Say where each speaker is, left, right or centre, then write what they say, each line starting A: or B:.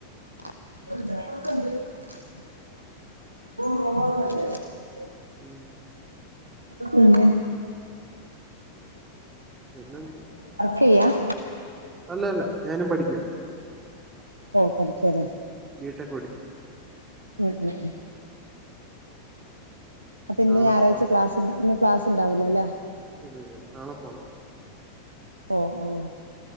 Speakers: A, on the right; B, on the right.
A: <unintelligible> <unintelligible>
B: ഉം
A: പിന്നെ
B: പിന്നന്ത
A: ചെയ്യാം
B: അല്ല അല്ല ഞാനും പഠിക്കുവാ
A: ഓ പഠിക്കാലെ
B: ബി ടെക് പഠിക്കാ
A: മ്മ് മ്മ് മ്മ് അപ്പം ഇന്ന്
B: നാളെ
A: ഞായറാഴ്ച
B: പോണം
A: ക്ലാസിണ്ടാന്ന് ക്ലാസ് ഇണ്ടാവുലാ ലെ
B: ഇല്ല ഇല്ല നളെ പോണം
A: ഓ ഓ